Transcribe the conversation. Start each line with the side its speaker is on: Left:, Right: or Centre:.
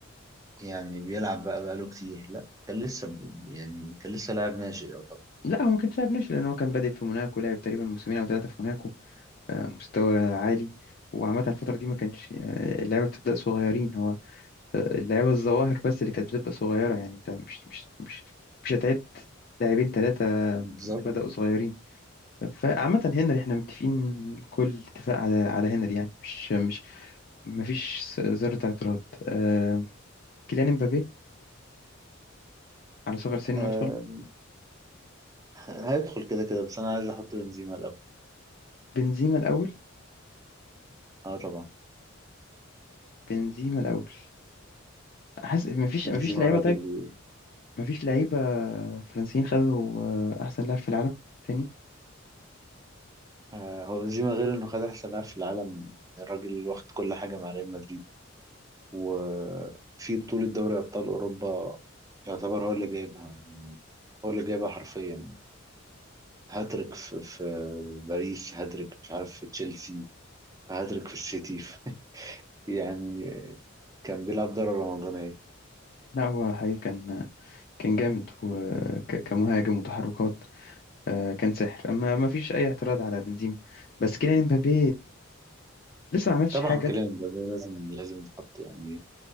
Right: يعني بيلعب بقى بقاله كتير لا كان لسه ب- يعني كان لسه لاعب ناشئ يعتبر
Left: لا هو ما كانش لاعب ناشئ لان هو كان بادئ في موناكو لعب تقريبا موسمين او ثلاثه في موناكو آه، مستوى عالي وعامة الفترة دي ما كانش آه، اللعبة بتبدأ صغيرين هو آه، اللعبة الظواهر بس اللي كانت بتبقى صغيرة يعني انت مش مش مش مش هتعد لاعبين ثلاثة
Right: بالظبط
Left: بدأوا صغيرين فعامة هنري احنا متفقين كل اتفاق على على هنري يعني مش مش مفيش ذرة اعتراض آه، كيليان امبابي على صغر سنه
Right: آه،
Left: يدخل
Right: هيدخل كده كده بس انا عايز احط بنزيما الاول
Left: بنزيما الأول
Right: اه طبعا
Left: بنزيما الأول حاسس مفيش
Right: بنزيما
Left: مفيش لعيبة
Right: راجل
Left: طيب مفيش لعيبة فرنسيين خدوا آه، أحسن لاعب في العالم تاني
Right: آه، هو بنزيما غير انه خد احسن لاعب في العالم الراجل واخد كل حاجه مع ريال مدريد وفي بطولة دوري أبطال أوروبا يعتبر هو اللي جايبها يعني هو اللي جايبها حرفيا هاتريك في, في باريس هاتريك مش عارف في تشيلسي هاتريك في السيتي <laughs> يعني كان بيلعب دورة رمضانية
Left: لا هو حقيقي كان كان جامد وكمهاجم وتحركات آه، كان سحر اما ما فيش اي اعتراض على بنزيما بس كيليان امبابي لسه ما عملش
Right: طبعا
Left: حاجه
Right: كيليان مبابي لازم لازم يتحط يعني